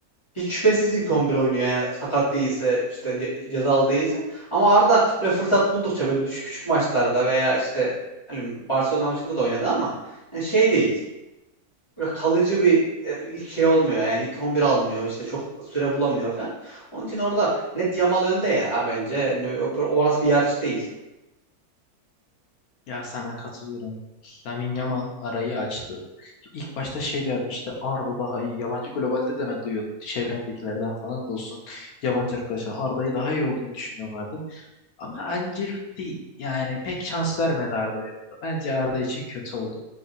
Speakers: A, on the left (about 20°); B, on the left (about 75°).
A: hiç şüphesiz ilk 11 oynuyor yani sakat değilse işte ce- cezalı değilse ama Arda böyle fırsat buldukça böyle düş küçük maçlarda veya işte hani Barcelona maçında da oynadı ama yani şey değil böyle kalıcı bir e, ilk şey olmuyor yani ilk 11 almıyor işte çok süre bulamıyor falan. Onun için orada net Yamal önde ya bence Yani o- o- orası bir yarış değil.
B: Ya sana katılıyorum. Lamine Yamal arayı açtı. İlk başta şey diyordu işte Arda daha iyi. Yabancı globalde de ben duyuyordum. Çevremdekilerden falan da olsun. Yabancı arkadaşlar Arda'yı daha iyi olduğunu düşünüyorlardı. Ama Ancelotti yani pek şans vermedi Arda'ya. Bence Arda için kötü oldu.